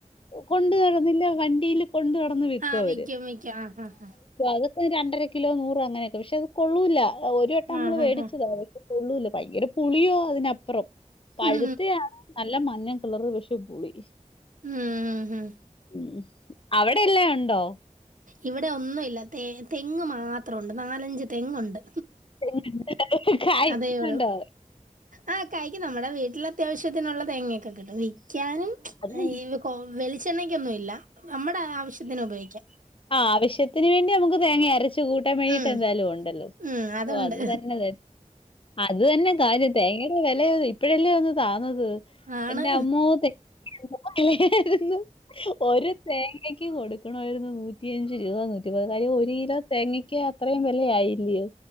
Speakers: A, on the left (about 40°); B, on the right (about 80°).
A: കൊണ്ട് നടന്നില്ല വണ്ടീല്ല് കൊണ്ട് നടന്ന് വിക്കും
B: ആഹ്
A: അവര്
B: വിക്കും ആഹ് ആഹ്
A: <inaudible> രണ്ടര കിലോ നൂറോ അങ്ങനെയൊക്കെ പക്ഷെ അത് കൊള്ളൂല്ല ഒരു വട്ടം
B: ആഹ്
A: നമ്മള് മേടിച്ചതാത്
B: ആഹ് ആഹ്
A: കൊള്ളൂല്ല ഭയങ്കര പുളിയോ അതിനപ്പുറം പഴുത്തയാണ്
B: ഉം
A: നല്ല മഞ്ഞ കളറ് പക്ഷെ പുളി
B: ഉം ഉം ഉം.
A: ഉം അവിടെ എല്ലാം ഒണ്ടോ
B: ഇവിടെ ഒന്നുല്ല തെ തെങ്ങ് മാത്രമുണ്ട് നാലഞ്ച് തെങ്ങുണ്ട്
A: <unintelligible> കായൊണ്ടോ
B: അതേ ഉള്ളൂ ആഹ് കായ്ക്കും നമ്മുടെ വീട്ടിൽ അത്യാവശ്യത്തിനുള്ള തേങ്ങയൊക്കെ കിട്ടും വി ക്ക്യാനും
A: അത്
B: ഈ കോവ്- വെളിച്ചെണ്ണക്കൊന്നും ഇല്ല നമ്മുടെ ആവശ്യത്തിന് ഉപയോഗിക്കാം
A: ആ ആവശ്യത്തിന് വേണ്ടി നമുക്ക് തേങ്ങയര ച്ച് കൂട്ടാൻ വേണ്ടിട്ട്
B: ഉം
A: എന്തായാലും ഉണ്ടല്ലോ
B: ഉം അതുണ്ട്
A: ഒ അത് തന്നെ അത് തന്നെ കാര്യം തേങ്ങയുടെ വിലയോ ഇപ്പഴല്ലേ ഒന്ന് താന്നത്
B: ആണ്
A: എന്റെ അമ്മോ തെ <unintelligible> ഒരു തേങ്ങ തേങ്ങക്ക് കൊടുക്കണമായിരുന്ന് നൂറ്റി അഞ്ച് രൂപ നൂറ്റി പതിനാല് ഒരു കിലോ തേങ്ങക്ക് അത്രയും വെല ആയില്ലിയോ